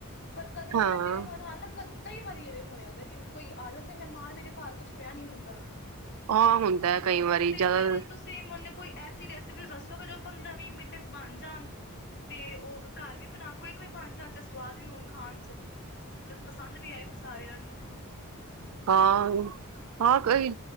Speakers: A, on the left; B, on the right.
A: ਪਰ ਕਦੇ
B: ਹਾਂ
A: ਮੈਂ ਨਾ ਬਿਰੇ ਮਾਨ ਹਾਲ ਨਾ ਕਦ- ਕਈ ਵਾਰੀ ਐਵੇਂ ਹੋਇਆ ਦਾ ਕਿ ਕੋਈ ਆ ਜਾਂਦਾ ਮਹਿਮਾਨ, ਮੇਰੇ ਘਰ ਕੁਛ ਪਿਆ ਨੀ ਹੁੰਦਾ।
B: ਆਹ ਹੁੰਦਾ ਕਈ ਵਾਰੀ
A: ਤੇ
B: ਜਾਦਾ
A: ਫਿਰ ਤੁਸੀਂ ਮੈਨੂੰ ਕੋਈ ਐਸੀ ਰੈਸਪੀ ਦੱਸੋਗੇ ਜੋ ਪੰਦਰਾਂ ਵੀਹ ਮਿੰਟ 'ਚ ਬਣ ਜਾਣ ਤੇ ਉਹ ਘਰ ਵੀ ਬਣ ਕਵਿਕ ਵੀ ਬਣ ਜਾਣ ਤੇ ਸਵਾਦ ਵੀ ਹੋਣ ਖਾਣ 'ਚ। ਤੇ ਪਸੰਦ ਵੀ ਆਏ ਫੇਰ ਸਾਰਿਆਂ ਨੂੰ।
B: ਹਾਂ-ਹਾਂ ਕਈ